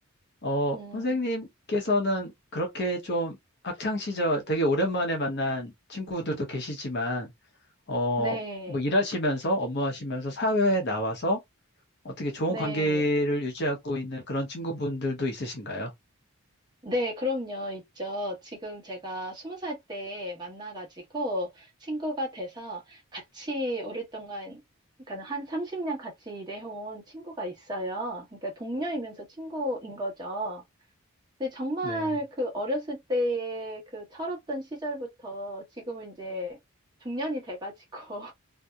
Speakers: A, on the left; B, on the right.
A: 어,
B: 음.
A: 선생님께서는 그렇게 좀 학창 시절 되게 오랜만에 만난 친구들도 계시지만, 어,
B: 네,
A: 뭐 일하시면서 업무하시면서 사회에 나와서 어떻게 좋은
B: 네,
A: 관계를 유지하고 있는 그런 친구분들도 있으신가요?
B: 네, 그럼요, 있죠. 지금 제가 스무 살 때 만나가지고 친구가 돼서 같이 오랫동안, 그러니까 한 30년 같이 일해온 친구가 있어요. 그러니까 동료이면서 친구인 거죠. 근데 정말
A: 네,
B: 그 어렸을 때의 그 철없던 시절부터 지금은 이제 중년이 돼가지고